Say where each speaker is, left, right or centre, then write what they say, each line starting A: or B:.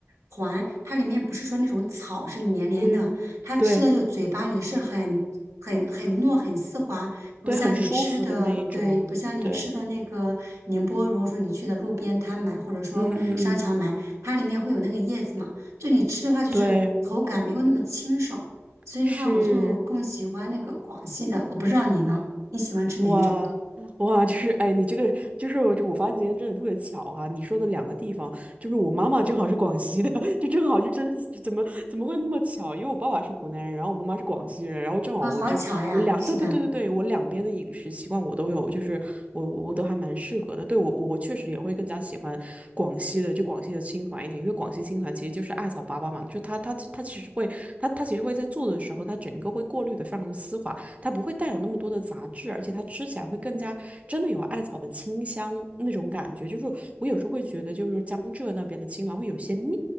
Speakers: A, on the right; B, on the right.
A: 环，它里面不是说那种草是黏黏的，
B: 嗯，
A: 它吃的就嘴巴里是很很很糯很丝滑，
B: 对
A: 不像你吃的，
B: 对，很舒服的那一种，
A: 对，不像你吃的那个宁波，
B: 对，
A: 如果说你去的路边摊买或者说商场买，
B: 嗯嗯嗯，
A: 它里面会有那个叶子嘛，就你吃的话就是口感没有那么清爽，
B: 对，
A: 所以的话我就更喜欢那个广西的，
B: 是。
A: 我不知道你呢，你喜欢吃哪一种
B: 哇哇，就是哎，你这个就是我就我发现今天真的特别巧哈、你说的两个地方，就是我妈妈正好是广西的，<laughs> 就正好就真是怎么怎么会那么巧？因为我爸爸是湖南人，然后我妈妈是广西人，然后正好我就我两对对对对对，
A: 啊？好巧呀，是的。
B: 我两边的饮食习惯我都有，就是我我我都还蛮适合的。对我我我确实也会更加喜欢广西的，就广西的青团一点，因为广西青团其实就是艾草粑粑嘛，就它它它其实会它它其实会在做的时候，它整个会过滤的非常的丝滑。它不会带有那么多的杂质，而且它吃起来会更加真的有艾草的清香那种感觉。就是我有时候会觉得，就是江浙那边的青兰会有些腻，